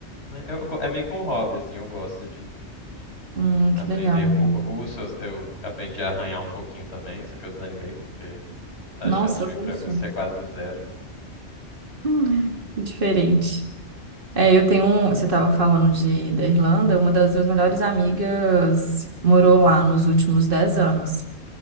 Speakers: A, on the left (about 70°); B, on the right (about 50°).
A: É, eu go- é meio que um hobby, assim, eu gosto de, de
B: Hum,
A: aprender
B: que legal.
A: Ru- russo. Eu, eu aprendi a arranhar um pouquinho também, só que eu desanimei porque a
B: Nossa,
A: chance de eu ir
B: russo.
A: pra Rússia é quase zero.
B: Hum, que diferente. É, eu tenho um. Você estava falando de, da Irlanda, uma das minhas melhores amigas morou lá nos últimos 10 anos.